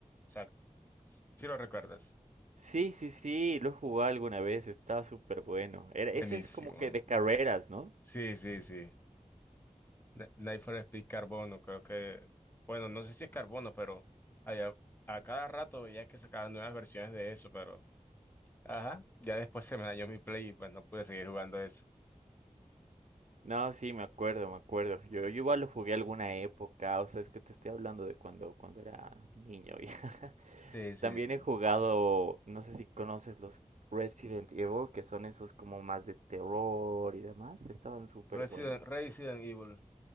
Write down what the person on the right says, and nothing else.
Sí, sí, sí, lo jugué alguna vez, estaba súper bueno. Era,
ese es como que de carreras, ¿no?
No, sí, me acuerdo, me acuerdo. Yo, yo igual lo jugué alguna época, o sea, es que te estoy hablando de cuando, cuando era niño. <laughs> ya.
También
he jugado, no sé si conoces los Resident Evil, que son esos como más de terror y demás. Estaban súper
buenos.